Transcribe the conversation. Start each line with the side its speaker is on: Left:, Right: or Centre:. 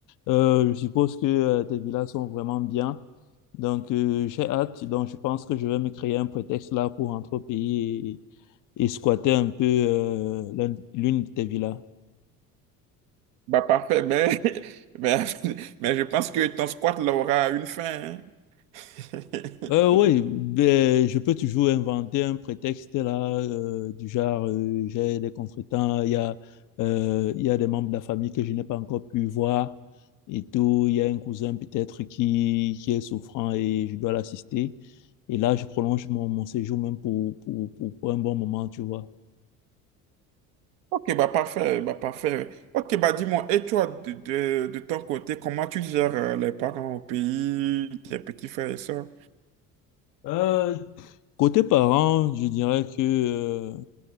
Left: euh, je suppose que euh, tes villas sont vraiment bien. Donc, euh, j'ai hâte. Donc, je pense que je vais me créer un prétexte là pour rentrer au pays et squatter un peu euh, l'un- l'une de tes villas.
Right: Bah parfait, mais, <laughs> mais, mais je pense que ton squat là aura une fin. hein. <laughs>
Left: Euh, oui, ben, je peux toujours inventer un prétexte là, euh, du genre euh, j'ai des contretemps, il y a, euh, il y a des membres de la famille que je n'ai pas encore pu voir et tout, il y a un cousin peut-être qui, qui est souffrant et je dois l'assister. Et là, je prolonge mon, mon séjour même pour, pour, pour, pour un bon moment, tu vois.
Right: Ok, bah parfait, bah parfait. Ok, bah dis-moi, et toi, de, de, de ton côté, comment tu gères euh, les parents au pays, tes petits frères et sœurs?
Left: Euh, côté parents, je dirais que euh,